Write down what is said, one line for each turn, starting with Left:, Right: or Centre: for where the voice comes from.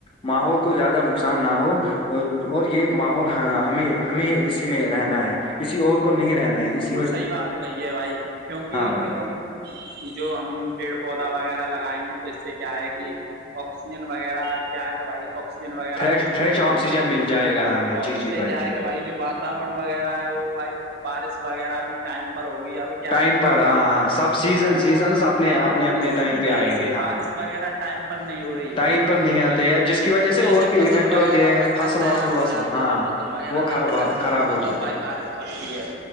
Left: ماحول کو زیادہ نقصان نہ ہو اور اور یہ ماحول ہم ہمیں اسی میں رہنا ہے کسی اور کو نہیں رہنا ہے اس
Right: صحی بات کہی ہے بھائی کیونکہ
Left: بھائی
Right: جو
Left: ہاں
Right: ہم جو ہم پیڑ پودا وغیرہ لگائیں گے تو اس سے کیا ہے کہ آکسیجن وغیرہ کیا ہے کہ بھائی کسیجن وغیرہ
Left: فریش
Right: بھی ہمیں
Left: فریش
Right: خود
Left: آکسیجن
Right: ملے
Left: مل
Right: گی
Left: جائے گا ہمیں
Right: اور
Left: جی
Right: اس
Left: جی
Right: سے کیا
Left: جی
Right: ہے کہ بھائی جو بات وغیرہ ہے وہ بارش وغیرہ بھی ٹائم پر ہو گئی ہے اب کیا
Left: ٹائم
Right: ہے کہ بھائی
Left: پر ہاں
Right: جو
Left: ہاں سب
Right: جو
Left: سیزن
Right: پیڑ
Left: سیزنس
Right: پودے کٹ
Left: اپنے
Right: رہے ہیں
Left: اپنے
Right: نا بھائی
Left: اپنے
Right: اس
Left: ٹائم
Right: کی
Left: پہ
Right: وجہ
Left: آئیں
Right: سے
Left: گے
Right: ہی بارش
Left: ہاں
Right: وغیرہ ٹائم پر نہیں ہو رہی
Left: ٹائم پر نہیں
Right: کیوںکہ
Left: آتے ہے جس کی وجہ سے
Right: جیسے
Left: اور بھی
Right: فصل
Left: افیکٹ
Right: وغیرہ
Left: ہوتے ہے
Right: پک
Left: فصل
Right: کر تیار
Left: وصل
Right: ہو
Left: وصل
Right: جاتی
Left: ہاں
Right: ہے جب فصل وغیرہ
Left: وہ خراب
Right: نشٹ کرنی
Left: خراب
Right: ہو تو
Left: جاتے
Right: سب بائی
Left: ہیں۔
Right: بارش پڑتی ہے